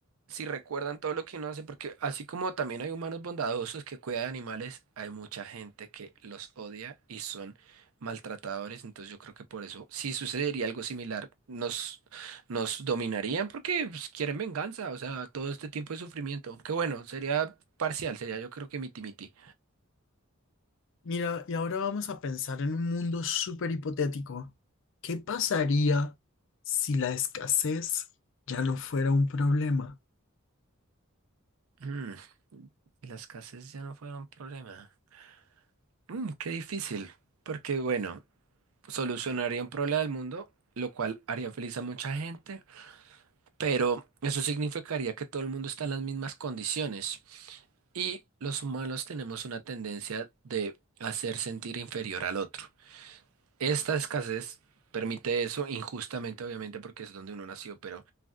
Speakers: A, on the right; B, on the left.
A: si recuerdan todo lo que uno hace, porque así como también hay humanos bondadosos que cuidan de animales, hay mucha gente que los odia y son maltratadores. Entonces yo creo que por eso, si sucedería algo similar, nos, nos dominarían porque pues, quieren venganza, o sea, todo este tiempo de sufrimiento. Que bueno, sería parcial, sería yo creo que miti-miti.
B: Mira, y ahora vamos a pensar en un mundo súper hipotético. ¿Qué pasaría si la escasez ya no fuera un problema?
A: Mm, las casas ya no fueron problema. Mm, qué difícil, porque bueno, solucionaría un problema del mundo, lo cual haría feliz a mucha gente, pero eso significaría que todo el mundo está en las mismas condiciones y los humanos tenemos una tendencia de hacer sentir inferior al otro. Esta escasez permite eso injustamente, obviamente, porque es donde uno nació, pero